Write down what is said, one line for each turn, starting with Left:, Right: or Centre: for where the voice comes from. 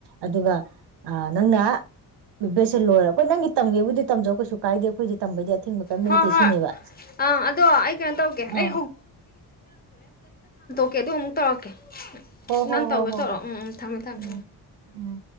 Right: ꯑꯗꯨꯒ ꯑ ꯅꯪꯅ ꯕꯦꯡ ꯁꯦ ꯂꯣꯏꯔ ꯈꯣꯏ ꯅꯪꯒꯤ ꯇꯝꯒꯦꯕꯨꯗꯤ ꯇꯝꯖꯧ ꯀꯩꯁꯨ ꯀꯥꯏꯗꯦ ꯑꯩꯈꯣꯏꯗꯤ ꯇꯝꯕꯩꯗꯤ ꯑꯊꯤꯡꯕ ꯀꯔꯤꯝ
Left: ꯍꯣꯏ
Right: ꯂꯩꯇꯦ
Left: ꯍꯣꯏ
Right: ꯁꯤꯅꯦꯕ
Left: ꯑꯪ ꯑꯗꯣ ꯑꯩ ꯀꯩꯅꯣ ꯇꯧꯒꯦ
Right: ꯑꯥ
Left: ꯑꯩ ꯀꯦ ꯑꯗꯨ ꯑꯃꯨꯛ ꯇꯧꯔꯛꯀꯦ
Right: ꯍꯣ ꯍꯣ
Left: ꯅꯪ ꯇꯧꯒꯦ
Right: ꯍꯣ ꯍꯣ
Left: ꯇꯧꯔꯣ
Right: ꯍꯣꯏ
Left: ꯎꯝ ꯎꯝ ꯊꯝꯃꯦ ꯊꯝꯃꯦ
Right: ꯎꯝ ꯎꯝ